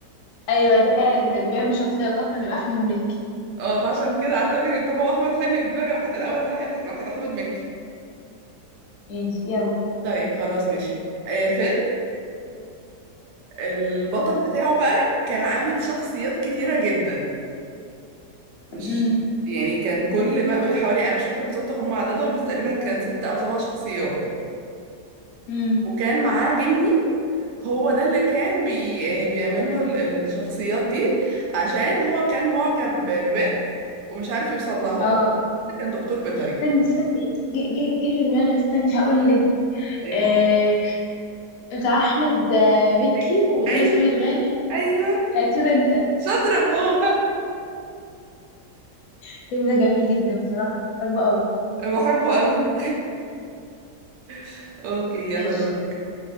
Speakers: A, on the left; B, on the right.
A: ايوه ده فعلا ده اللي بيعمل شخصيات اصلا يبقى احمد مكي
B: اه فعشان كده قعدت اقول لك طب هو احمد حلمي دماغي راحت الاول ناحية ناحية احمد مكي
A: ماشي يلا
B: طيب خلاص ماشي آه فيلم البطل بتاعه بقى كان عامل شخصيات كتيرة جدا مش
A: امم
B: يعني كان كل ما قولي حوالي انا مش فاكرة بالظبط هم عددهم بس تقريبا كان ست او سبع شخصيات
A: امم
B: وكان معاه جني هو ده اللي كان بي يعني بيعمل له ال- الشخصيات دي عشان هو كان معجب ب- ببنت ومش عارف يوصل لها
A: اه
B: وهو كان دكتور بيطري
A: استني استني جه جه جه في دماغي استني هقول لك
B: إيه،
A: آه بتاع احمد آه، مكي
B: ايوه
A: ودنيا
B: ايوه
A: سمير غانم
B: ايوه
A: آه طير انت
B: شاطرة هو
A: الفيلم ده جميل جدا بصراحه بحبه قوي
B: <laughs> بحبه قوي <laughs> اوكي يلا
A: ماشي
B: دورك